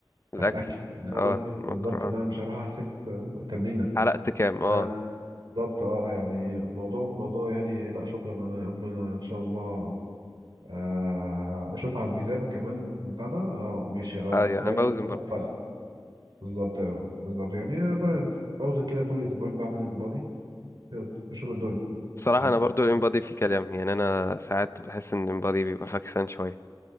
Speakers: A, on the right; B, on the left.
A: بتاعت
B: الأكل
A: الاكل انما
B: اه مكرو
A: بالظبط
B: اه
A: ان انا مش هروح احسب التمرينه
B: حرقت كام اه
A: أنا- بالظبط اه يعني موضوع موضوع يعني لا شكرا انا يا عم انا ان شاء الله آه، اشوف على الميزان كمان بتاع ده اه ماشي اه
B: اه يعني
A: تلاقي الم-
B: بوزن
A: الموضوع
B: برضه
A: فرق بالظبط اه بالظبط يعني ب- باوزن كده كل اسبوعين بعمل انبادي بشوف الدنيا
B: الصراحة
A: تمام
B: أنا برضو الإمبادي في كلام يعني أنا ساعات بحس إن الإمبادي بيبقى فاكسان شوية